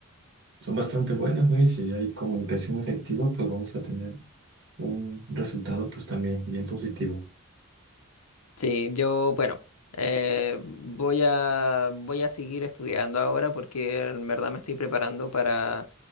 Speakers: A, on the right; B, on the left.
A: son bastante buenas, ¿no? Y si hay comunicación efectiva, pues vamos a tener un resultado pues también bien positivo.
B: Sí, yo, bueno, eh, voy a, voy a seguir estudiando ahora porque en verdad me estoy preparando para,